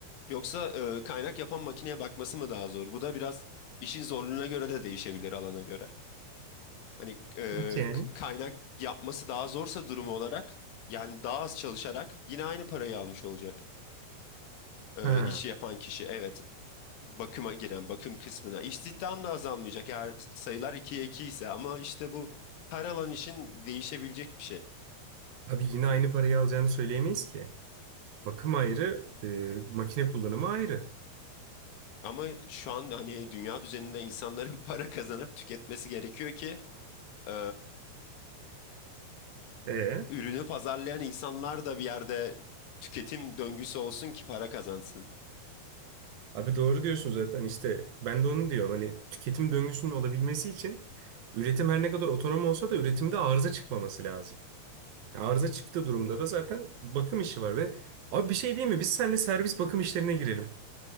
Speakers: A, on the left; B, on the right.
A: yoksa e, kaynak yapan makineye bakması mı daha zor? Bu da biraz işin zorluğuna göre de değişebilir alana göre. Hani e,
B: Nasıl yani?
A: k- kaynak yapması daha zorsa durumu olarak yani daha az çalışarak yine aynı parayı almış olacak e,
B: Ha,
A: işi yapan kişi. Evet bakıma giren bakım kısmına istihdam da azalmayacak eğer sayılar 2'ye 2 ise ama işte bu her alan için değişebilecek bir şey.
B: abi yine aynı parayı alacağını söyleyemeyiz ki. Bakım ayrı, e, makine kullanımı ayrı.
A: Ama şu an hani dünya düzeninde insanların <laughs> para kazanıp tüketmesi gerekiyor ki e,
B: E,
A: ürünü pazarlayan insanlar da bir yerde tüketim döngüsü olsun ki para kazansın.
B: abi doğru diyorsun zaten işte ben de onu diyorum. Hani tüketim döngüsünün olabilmesi için üretim her ne kadar otonom olsa da üretimde arıza çıkmaması lazım. Arıza çıktığı durumda da zaten bakım işi var ve abi bir şey değil mi? Biz seninle servis bakım işlerine girelim.